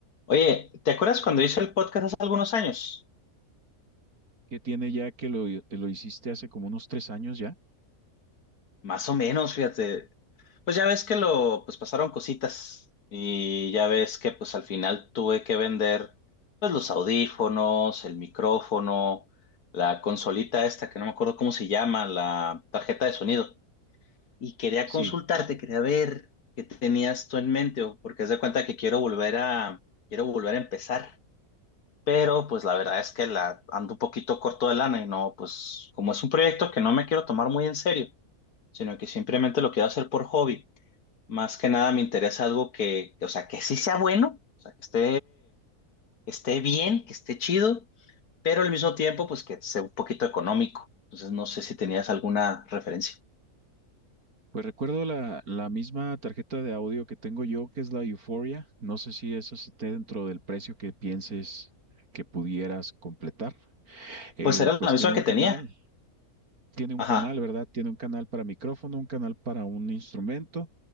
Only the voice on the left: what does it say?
Oye, ¿te acuerdas cuando hice el podcast hace algunos años?
Más o menos, fíjate. Pues ya ves que lo, pues pasaron cositas y ya ves que pues al final tuve que vender pues los audífonos, el micrófono, la consolita esta que no me acuerdo cómo se llama, la tarjeta de sonido. Y quería
consultarte, quería ver qué tenías tú en mente, o- porque haz de cuenta que quiero volver a, quiero volver a empezar. pero pues la verdad es que la ando un poquito corto de lana y no, pues como es un proyecto que no me quiero tomar muy en serio, sino que simplemente lo quiero hacer por hobby. Más que nada me interesa algo que, o sea, que sí sea bueno, o sea, que esté, que esté bien, que esté chido, pero al mismo tiempo, pues que sea un poquito económico. Entonces no sé si tenías alguna referencia.
Pues era
la misma
que tenía.
Ajá.